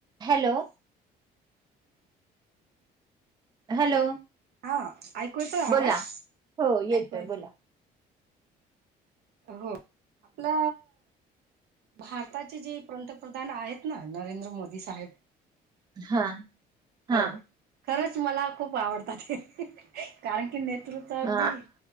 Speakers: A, on the right; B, on the right.
A: Hello! Hello!
B: हा ऐकू येतोय आवाज
A: बोला हो येतोय
B: ऐकूय!
A: बोला
B: हो आपला. भारताचे जे पंतप्रधान आहेत ना नरेंद्र मोदी साहेब.
A: हा हा.
B: हो खरंच मला खूप आवडतात ते कारण की नेतृत्व अगदी
A: अ